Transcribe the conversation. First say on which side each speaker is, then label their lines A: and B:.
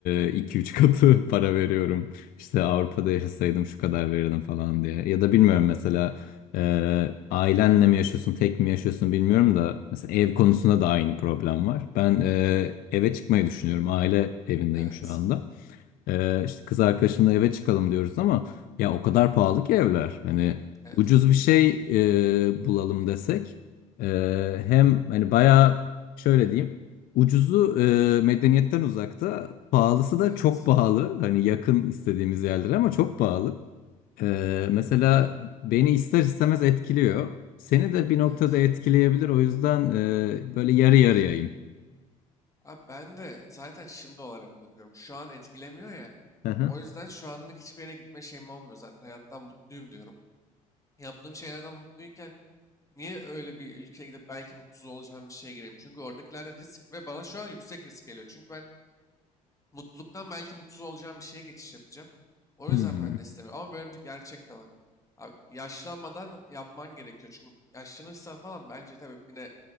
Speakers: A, on the left; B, on the left.
A: e, iki üç katı <laughs> para veriyorum? İşte Avrupa'da yaşasaydım şu kadar verirdim falan diye. Ya da bilmiyorum mesela e, ailenle mi yaşıyorsun tek mi yaşıyorsun bilmiyorum da mesela ev konusunda da aynı problem var. Ben e, eve çıkmayı düşünüyorum aile evindeyim
B: Evet.
A: şu anda. Ee, işte kız arkadaşımla eve çıkalım diyoruz ama ya o kadar pahalı ki evler. Hani
B: Evet
A: ucuz
B: öyle.
A: bir şey e, bulalım desek e, hem hani bayağı şöyle diyeyim ucuzu e, medeniyetten uzakta pahalısı da
B: Evet.
A: çok pahalı. Hani yakın istediğimiz yerlere ama çok pahalı. E, mesela beni ister istemez etkiliyor. Seni de bir noktada
B: Evet.
A: etkileyebilir. O yüzden e, böyle yarı
B: Evet.
A: yarıyayım.
B: Abi ben de zaten şimdi olarak bakıyorum. Şu an etkilemiyor ya.
A: Hı hı.
B: O yüzden şu anlık hiçbir yere gitme şeyim olmuyor zaten. Hayattan mutluyum diyorum. Yaptığım şeylerden mutluyken niye öyle bir ülkeye gidip belki mutsuz olacağım bir şeye gireyim? Çünkü oradakilerde risk ve bana şu an yüksek risk geliyor. Çünkü ben mutluluktan belki mutsuz olacağım bir şeye geçiş yapacağım. O
A: Hmm.
B: yüzden ben de istemiyorum. Ama böyle bir gerçek de var. Abi, yaşlanmadan yapman gerekiyor. Çünkü yaşlanırsan falan bence tabii yine